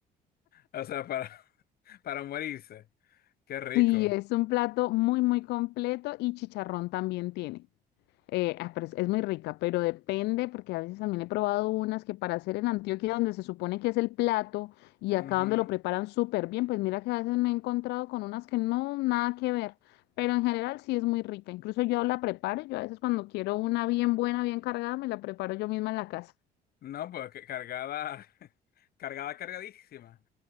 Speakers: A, on the left; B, on the left.
A: O sea, para, <laughs> para morirse. Qué rico.
B: Sí, es un plato muy, muy completo y chicharrón también tiene. Eh, ah, pero es, es muy rica, pero depende, porque a veces también he probado unas que para hacer en Antioquia, donde se supone que es el plato, y acá
A: Ujú.
B: donde lo preparan súper bien, pues mira que a veces me he encontrado con unas que no, nada que ver, pero en general sí es muy rica. Incluso yo la preparo, yo a veces cuando quiero una bien buena, bien cargada, me la preparo yo misma en la casa.
A: No, pues que- cargada, <laughs> cargada, cargadísima.